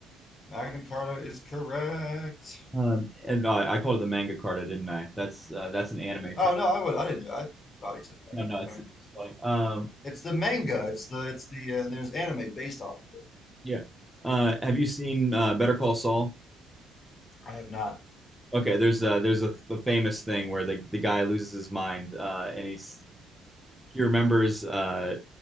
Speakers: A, on the left; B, in the centre.
A: Magna Carta is correct.
B: Um, and uh, I called it the manga carta, didn't I? That's uh, that's an anime
A: Oh
B: thing.
A: no, I would I didn't I thought you said Magna.
B: No, no, it's,
A: I mean,
B: it's funny. Um,
A: it's the manga. It's the it's the uh, and there's anime based off of it.
B: yeah. Uh, have you seen uh, Better Call Saul?
A: I have not.
B: Okay, there's uh, there's a, a famous thing where the the guy loses his mind, uh, and he's he remembers uh,